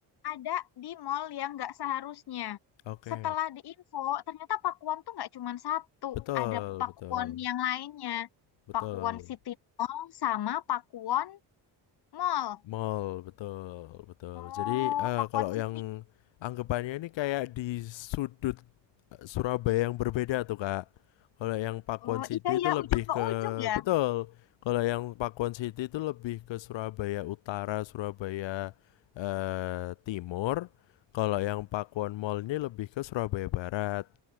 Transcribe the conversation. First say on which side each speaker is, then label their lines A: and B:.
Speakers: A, on the left; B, on the left.
A: ada di mall yang nggak seharusnya.
B: oke
A: Setelah diinfo, ternyata Pakuwon tuh nggak cuma satu,
B: betul
A: ada Pakuwon
B: betul
A: yang lainnya.
B: betul
A: Pakuwon City Mall sama Pakuwon Mall.
B: Mall, betul, betul.
A: Oh,
B: Jadi eh,
A: Pakuwon
B: kalau
A: City.
B: yang anggapannya ini kayak di sudut eh, Surabaya yang berbeda tuh Kak. Kalau yang Pakuwon
A: Oh,
B: City
A: iya
B: itu
A: ya,
B: lebih
A: ujung ke
B: ke
A: ujung ya.
B: betul. Kalau yang Pakuwon City itu lebih ke Surabaya Utara, Surabaya eh, Timur. Kalau yang Pakuwon Mall ini lebih ke Surabaya Barat